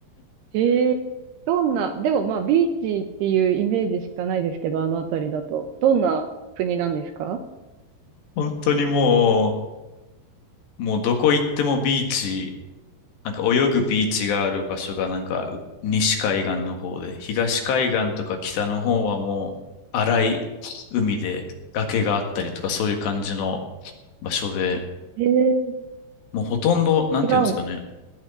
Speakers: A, on the right (about 75°); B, on the left (about 70°).
A: ええどんな、でもまあビーチっていうイメージしかないですけど、あの辺りだと。どんな国なんですか
B: 本当にもう、もうどこ行ってもビーチ、なんか泳ぐビーチがある場所がなんか西海岸の方で、東海岸とか北の方はもう荒い海で崖があったりとかそういう感じの場所で、
A: ええ
B: もうほとんど、なんていうんですかね、
A: 違うんです。